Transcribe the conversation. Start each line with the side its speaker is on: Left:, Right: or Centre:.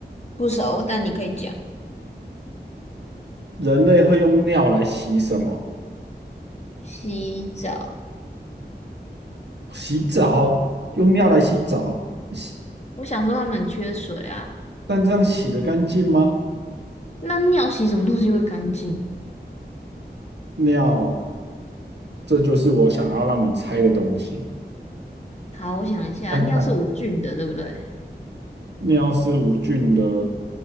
Left: 不熟，但你可以讲。
Right: 人类会用尿来洗什么？
Left: 洗澡，
Right: 洗澡，用尿来洗澡，洗，
Left: 我想说他们很缺水啊，
Right: 但这样洗得干净吗？
Left: 那尿洗什么东西会干净？
Right: 尿，这就是我想要让你猜的东西。
Left: 好，我想一下，
Right: 看看，
Left: 尿是无菌的，对不对？
Right: 尿是无菌的，